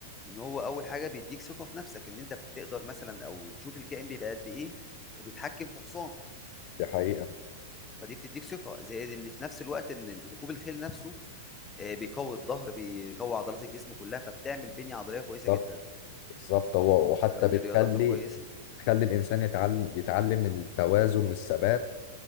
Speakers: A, on the left; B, on the left.
A: ان هو اول حاجة بيديك ثقة في نفسك ان انت بتقدر مثلا او تشوف الكائن بيبقى قد ايه وبيتحكم في حصان
B: دي حقيقه
A: فدي بتديك ثقة زائد ان في نفس الوقت ان ركوب الخيل نفسه آه، بيقوي الظهر بيقوي عضلات الجسم كلها فبتعمل بنية عضلية كويسة
B: بالظبط
A: جدا
B: بالظبط هو وحتى
A: فمن
B: بتخلي
A: الرياضات الكويسة
B: بتخلي الانسان يتعلم يتعلم التوازن والثبات